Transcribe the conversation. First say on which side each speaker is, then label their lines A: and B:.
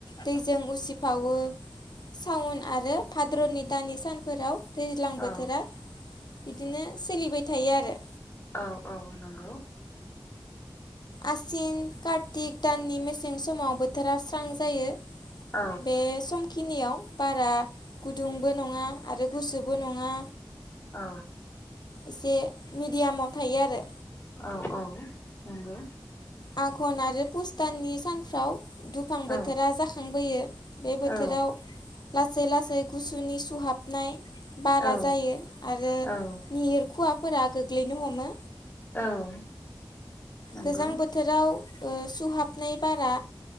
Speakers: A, on the left; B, on the left.
A: दैजों उसिफावो चाअन आरो भाद्र'नि दानि सानफोराव दैज्लां
B: औ
A: बोथोरा इदिनो सोलिबाय थायो आरो।
B: औ औ नंगौ।
A: आसिन कार्तिक दाननि मेसें समाव बोथोरा स्रां जायो।
B: औ
A: बे समखिनियाव बारा गुदुंबो नङा आरो गुसुबो नङा।
B: औ।
A: एसे मिडियामाव थायो आरो।
B: औ औ नंगौ।
A: आघन आरो पुसताननि सानफ्राव दुफां
B: औ
A: बोथोरा जाखांबोयो बे
B: औ
A: बोथोराव लासै लासै गुसुनि सुहाबनाय बारा
B: औ
A: जायो आरो
B: औ
A: निहोर खुवाफोरा गोग्लैनो हमो।
B: औ। नंगौ
A: गोजां बोथोराव ओ सुहाबनाय बारा